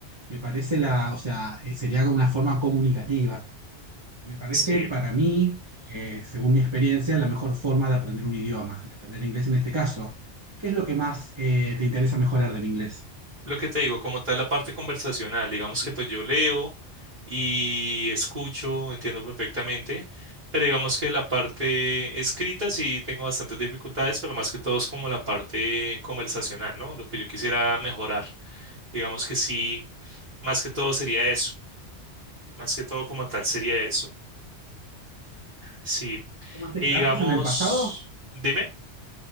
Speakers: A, on the right; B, on the right.
A: Me parece la, o sea, eh, sería una forma comunicativa. Me parece
B: Sí,
A: para mí, eh, según mi experiencia, la mejor forma de aprender un idioma, de aprender inglés en este caso. ¿Qué es lo que más eh, te interesa mejorar del inglés?
B: Lo que te digo, como tal la parte conversacional, digamos que pues yo leo y escucho, entiendo perfectamente, pero digamos que la parte escrita sí tengo bastantes dificultades, pero más que todo es como la parte conversacional, ¿no? Lo que yo quisiera mejorar, digamos que sí, más que todo sería eso, más que todo como tal sería eso, sí.
A: ¿Tomaste
B: Y
A: clases
B: digamos,
A: en el pasado?
B: dime.